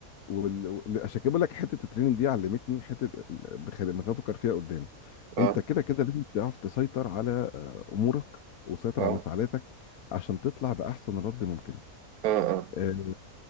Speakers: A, on the left; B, on the right.
A: وال... وال- عشان كده بقول لك حته التريننج دي علمتني حته آه، بخ- بخاف افكر فيها قدام
B: اه
A: انت كده كده لازم تعرف تسيطر على آه، امورك وتسيطر
B: اه
A: على انفعالاتك عشان تطلع باحسن رد ممكن
B: اه اه
A: آه،